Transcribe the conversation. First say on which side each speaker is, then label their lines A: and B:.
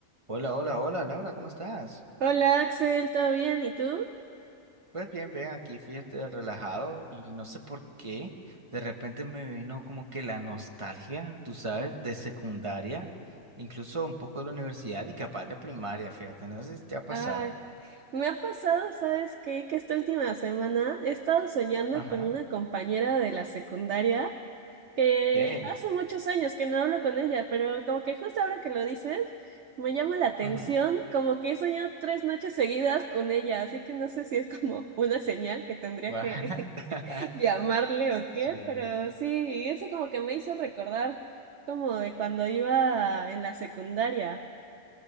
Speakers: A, on the right; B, on the right.
A: Hola, hola, hola, Laura, ¿cómo estás?
B: Hola Axel, ¿todo bien? ¿Y tú?
A: Pues bien, bien, aquí fíjate relajado y no sé por qué, de repente me vino como que la nostalgia, tú sabes, de secundaria, incluso un poco de la universidad y capaz de primaria, fíjate, no sé si te ha pasado.
B: Ay, me ha pasado, ¿sabes qué? Que esta última semana he estado soñando
A: Ajá,
B: con una compañera de la secundaria que
A: ¿qué?
B: hace muchos años que no hablo con ella, pero como que justo ahora que lo dices, me llama la atención,
A: Ujú.
B: como que he soñado tres noches seguidas con ella, así que no sé si es como una señal que tendría
A: What?
B: que
A: <laughs>
B: <laughs> llamarle o qué,
A: Sí.
B: pero sí, y eso como que me hizo recordar como de cuando iba en la secundaria.